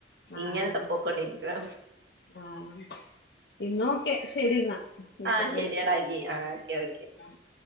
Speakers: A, on the left; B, on the right.
A: ആഹ്
B: ഇങ്ങനെത്ത പൊക്കോണ്ടിരിക്ക
A: ആഹ് ഇന്നാ ഓക്കെ ശരി ന്നാ ഇപ്പം
B: ആഹ് ശരിയടാ
A: വിളി
B: എങ്കി ആഹ് ഓക്കെ ഓക്കെ
A: <inaudible>